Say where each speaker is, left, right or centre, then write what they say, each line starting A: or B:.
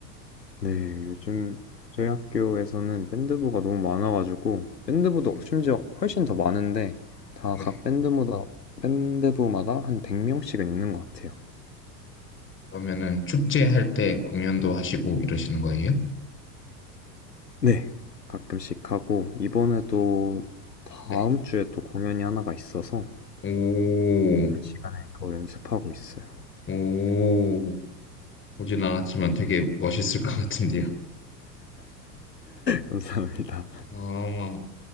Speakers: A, on the left; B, on the left.
A: 네, 요즘 저희 학교에서는 밴드부가 너무 많아가지고 밴드부도
B: 음,
A: 심지어 훨씬 더 많은데 다
B: 네.
A: 각 밴드마다 밴드부마다 한 100명씩은 있는 것 같아요.
B: 그러면은 축제 할 때 공연도 하시고 이러시는 거예요?
A: 네, 가끔씩 하고 이번에도 다음
B: 네.
A: 주에 또 공연이 하나가 있어서
B: 오,
A: 시간에 그거 연습하고 있어요.
B: 오, 보진 않았지만 되게 멋있을 것 같은데요.
A: <laughs> 감사합니다.
B: 아,